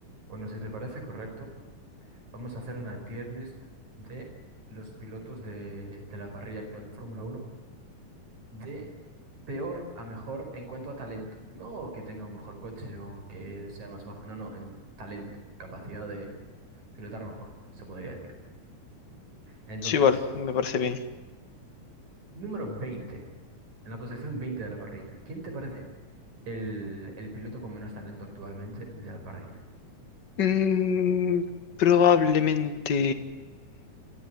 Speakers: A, on the right; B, on the left.
A: Bueno, si te parece correcto, vamos a hacer una tier list de los pilotos de, de la parrilla actual de Fórmula Uno de peor a mejor en cuanto a talento. No que tenga un mejor coche o que sea más bajo, no, no, en talento, capacidad de pilotar mejor, se podría decir. Entonces,
B: Sí, vale, me parece bien.
A: número veinte en la posición 20 de la parrilla, ¿quién te parece el, el piloto con menos talento actualmente de la parrilla?
B: Mm, probablemente